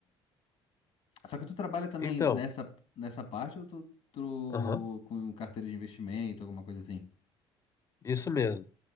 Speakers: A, on the left (about 65°); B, on the left (about 30°).
A: Só que tu trabalha também
B: Então,
A: nessa, nessa parte ou tu, tu
B: aham,
A: com carteira de investimento, alguma coisa assim?
B: isso mesmo.